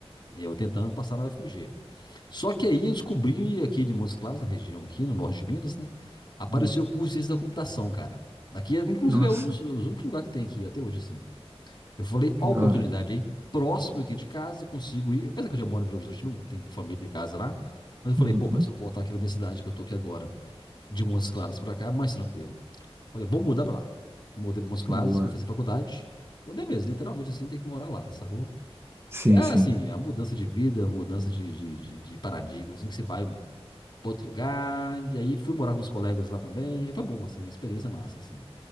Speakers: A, on the left (about 45°); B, on the right (about 25°).
A: E eu tentando passar na UFMG. Só que aí eu descobri aqui em Montes Claros, na região aqui, no norte de Minas, né? Apareceu
B: Uhum.
A: o curso de ciência da computação, cara. Aqui, é, inclusive,
B: Nossa,
A: é um dos, os únicos lugares que tem aqui até hoje, assim. Eu falei, ó,
B: que
A: a
B: da
A: oportunidade
B: hora.
A: aí, próximo aqui de casa, consigo ir. Apesar que eu já moro em Belo Horizonte, tem família de casa lá. Mas eu falei,
B: Uhum.
A: pô, pai, se eu voltar aqui pra minha cidade, que eu tô aqui agora, de Montes Claros pra cá, é mais tranquilo. Falei, vou mudar pra lá. Mudei pra Montes Claros,
B: Boa.
A: fui fazer faculdade. Mudei mesmo, literalmente assim, tem que morar lá, sacou?
B: Sim,
A: E é
B: sim.
A: assim, a mudança de vida, a mudança de, de, de- de paradigma, assim, que você vai para outro lugar, e aí fui morar com os colegas lá também, e aí foi bom, assim, a experiência é massa, assim.